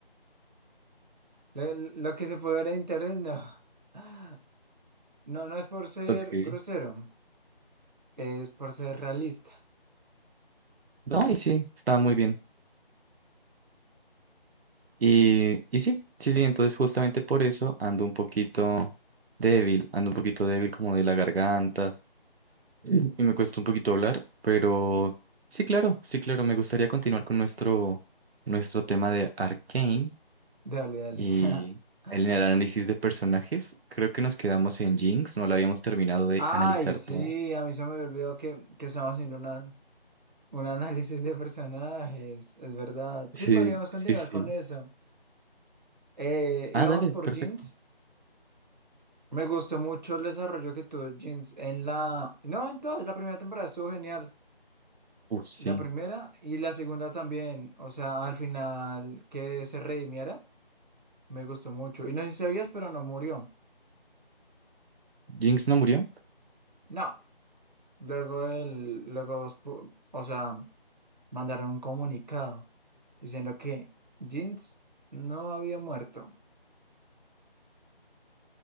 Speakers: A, on the right (about 50°); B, on the right (about 80°).
A: Lo, lo que se puede ver en internet no. <laughs> No, no es por ser
B: Ok.
A: grosero, es por ser realista.
B: No, y sí, estaba muy bien. Y, y sí, sí, sí, entonces justamente por eso ando un poquito débil, ando un poquito débil como de la garganta y me cuesta un poquito hablar, pero sí, claro, sí, claro, me gustaría continuar con nuestro, nuestro tema de Arcane
A: Dale, dale.
B: y
A: <laughs>
B: el, el análisis de personajes. Creo que nos quedamos en Jinx, no la habíamos terminado de
A: Ay,
B: analizar
A: sí,
B: todo.
A: a mí se me olvidó que, que estamos haciendo una- un análisis de personajes, es verdad.
B: Sí,
A: Sí, podríamos continuar
B: sí, sí.
A: con eso. Eh,
B: Ah,
A: íbamos
B: dale,
A: por
B: perfecto.
A: Jeans. Me gustó mucho el desarrollo que tuvo Jeans en la... No, en toda la primera temporada estuvo genial.
B: Uh, sí.
A: La primera y la segunda también, o sea, al final que se redimiera, me gustó mucho. Y no sé si sabías, pero no murió.
B: ¿Jinx no murió?
A: No, luego él luego, spu- o sea, mandaron un comunicado diciendo que Jinx no había muerto.